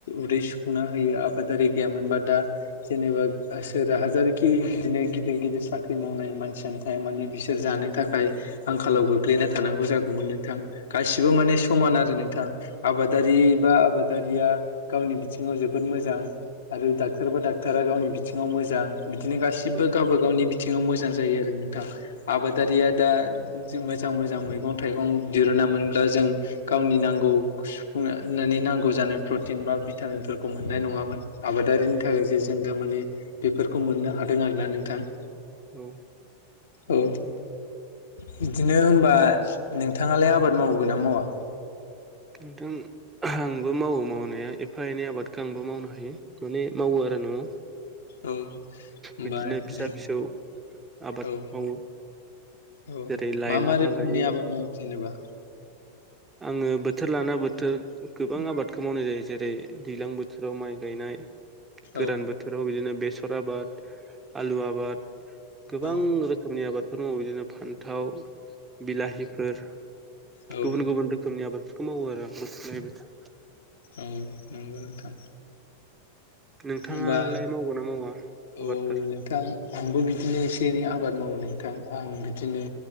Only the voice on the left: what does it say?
उदै सुफुंना होयो आबादारि गैयामोनबा दा जेनेबा सोर हाजारखि बिदिनो गिदिर गिदिर साख्रि मावनाय मानसिया थारमाने बिसोर जानो थाखाय आंखालाव गोग्लैना थानांगौ जागौमोन नोंथां गासिबो माने समान आरो नोंथां आबादारि बा आबाद आबादारिया गावनि बिथिङाव जोबोद मोजां आरो डाक्टर बा डक्ट'रा गावनि बिथिङाव मोजां बिदिनो गासिबो
गावबा गावनि बिथिङाव मोजां जायो आरो नोंथां आबादारिया दा मोजां मोजां मैगं थाइगं दिरुना मोनब्ला जों गावनि नांगौ सुफुंनानै नांगौ जानाय प्रटिन बा भिटामिनफोरखौ मोननाय नङामोन आबादारिनि थाखायसो जों दा माने बेफोरखौ मोननो हादों आरोना नोंथां
औ बिदिनो होनबा नोंथाङालाय आबाद मावगोन ना मावा?
औ होनबा
नों
औ
औ
मा
मा रोखोमनि
आबाद मावो जेनेबा
औ
औ
औ
औ नंगौ नोंथां
होमबा
औ
नोंथां आंबो बिदिनो एसे एनै आबाद मावो नोंथां आं बिदिनो